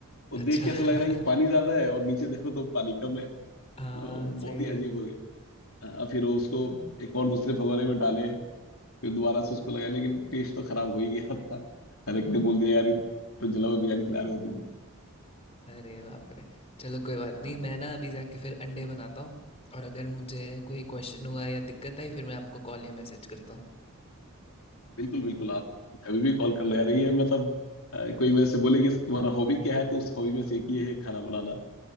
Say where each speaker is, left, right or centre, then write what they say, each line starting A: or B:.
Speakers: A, on the left (about 80°); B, on the left (about 30°).
A: और
B: अच्छा
A: देख के ऐसा लग
B: <laughs>
A: रहा है कि पानी ज्यादा है और नीचे देखो तो पानी कम है
B: हाँ
A: तो बहुत
B: सही
A: ही
B: है
A: अजीब हो गया हाँ, फिर वो उसको एक और दूसरे भगोने में डाले फिर दोबारा से उसको लगाया लेकिन टेस्ट तो खराब हो ही गया था हर एक ने बोल दिया यार ये तो जला हुआ बिरयानी खिला रहे हो तुम
B: अरे बाप रे चलो कोई बात नहीं
A: हाँ
B: मैं ना अभी जाके फिर अंडे बनाता हूँ और अगर मुझे कोई क्वेश्चन हुआ या दिक्कत आई फिर मैं आपको कॉल या मैसेज करता हूँ
A: बिल्कुल बिल्कुल आप कभी भी कॉल कर लगा रही है मतलब आ, कोई मेरे से बोले कि तुम्हारा हॉबी क्या है तो उस हॉबी में से एक ये है खाना बनाना